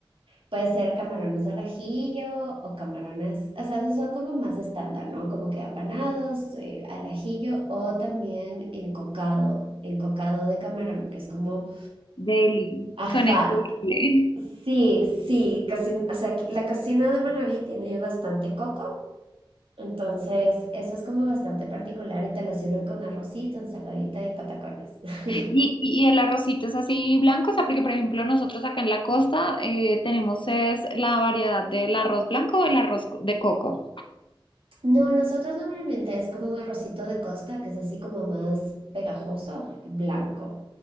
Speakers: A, on the right; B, on the left.
A: puede ser camarones al ajillo o camarones, o sea, esos son como más estándar, ¿no? Como que apanados, eh, al ajillo o también encocado, encocado de camarón, que es como,
B: Deli,
A: ajá,
B: suena increíble. <laughs>
A: sí, sí, casi, o sea, la cocina de Manaví tiene bastante coco. Entonces, eso es como bastante particular y te lo sirven con arrocito, ensaladita y patacones. <laughs>
B: Y, y, y el arrocito es así blanco, o sea, porque por ejemplo nosotros acá en la costa eh, tenemos es la variedad del arroz blanco o el arroz co- de coco.
A: No, nosotros normalmente es como un arrocito de costa, que es así como más pegajoso, blanco.